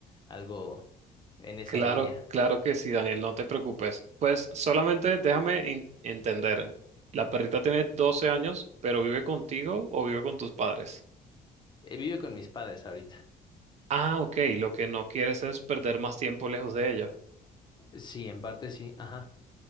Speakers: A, on the left (about 30°); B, on the right (about 45°).
A: algo en esa
B: claro,
A: línea.
B: claro que sí, Daniel, no te preocupes. Pues solamente déjame en- entender. La perrita tiene 12 años, pero vive contigo o vive con tus padres.
A: Eh, Vive con mis padres ahorita.
B: Ah, ok, lo que no quieres es perder más tiempo lejos de ella.
A: Sí, en parte sí. Ajá.